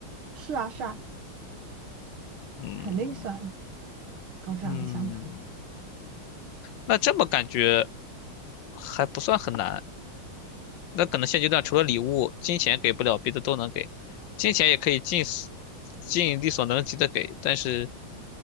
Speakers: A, on the right; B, on the left.
A: 是啊，是啊，
B: 嗯
A: 肯定算高质量的相处。
B: 嗯，那这么感觉还不算很难。那可能现阶段除了礼物，金钱给不了，别的都能给，金钱也可以尽死尽力所能及的给，但是，